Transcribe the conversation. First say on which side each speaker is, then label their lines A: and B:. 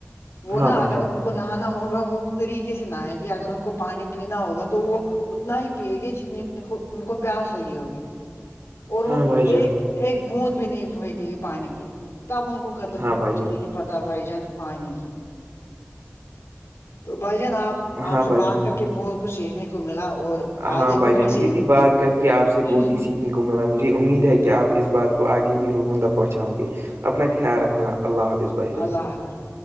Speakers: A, on the left; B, on the right.
A: وہ نہا
B: ہاں بھائی
A: اگر
B: جان
A: ان کو نہ ا ہوگا وہ طریقے سے نہئے گی اگر ان کو پانی پینا ہوگا تو وہ اتنا ہی پی گی جتنی کو ان کو پیاس لگی ہوگی اور
B: ہاں
A: وہ
B: بھائی جان
A: ایک ایک بوند بھی نہیں پھ گی پانی کی تب ان کو قدر
B: ہاں بھائی
A: چلے
B: جان
A: گی پتہ بھائی جان پانیانی یہ تو بھائی جان آپ
B: ہاں
A: آپ سے
B: بھائی
A: بات
B: جان
A: کر کے بہت کچھ سیکھنے کو ملا اور
B: ہاں
A: آگے
B: بھائی جان
A: میں
B: مجھے بھی بات کر کے آپ سے
A: سیکھ
B: بہت ہی سیکھنے کو ملا مجھے امید ہے کہ آپ اس بات کو آگے بھی لوگوں تک پہنچاؤں گے اپنا خیال رکھنا اللہ حافظ بھائی جان
A: اللہ حافظ ہو